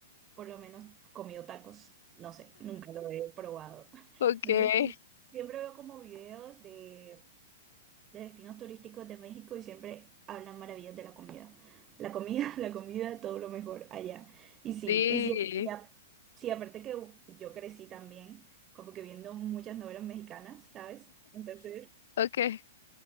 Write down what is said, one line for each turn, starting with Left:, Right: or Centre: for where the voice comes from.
Right: por lo menos, comido tacos. No sé, nunca lo he probado. <laughs>
Left: okay,
Right: Entonces, sí, siempre veo como videos de de destinos turísticos de México y siempre hablan maravillas de la comida. La comida, <laughs> la comida, todo lo mejor allá. Y sí,
Left: sí,
Right: y sí, y a- sí, aparte que yo crecí también, como que viendo muchas novelas mexicanas, ¿sabes? Entonces,
Left: okay.